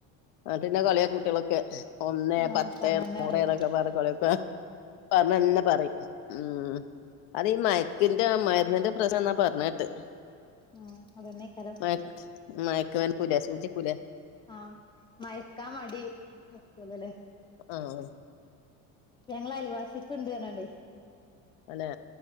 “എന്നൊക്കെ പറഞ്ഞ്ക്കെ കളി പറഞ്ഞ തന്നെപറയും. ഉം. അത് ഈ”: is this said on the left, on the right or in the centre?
Left